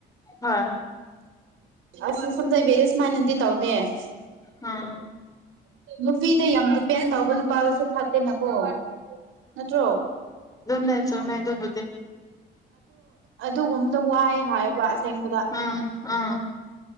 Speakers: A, on the left; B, on the right.
A: ꯍꯣꯏ
B: ꯑꯁ ꯁꯝꯖꯩꯕꯤ ꯁꯨꯃꯥꯏꯅꯗꯤ ꯇꯧꯗꯦ
A: ꯎꯝ
B: ꯅꯨꯄꯤꯗ ꯌꯥꯝ ꯗꯤꯄꯦꯟ ꯇꯧꯕ ꯅꯨꯄꯥꯗꯁꯨ ꯁꯥꯠꯇꯦꯅꯀꯣ ꯅꯠꯇ꯭ꯔꯣ
A: ꯅꯁꯨ ꯃꯥꯏꯗꯨꯕꯨꯗꯤ
B: ꯑꯗꯨꯒꯨꯝꯇ ꯋꯥꯏ ꯍꯥꯏꯕ ꯑꯕꯗꯥ
A: ꯎꯝ ꯎꯝ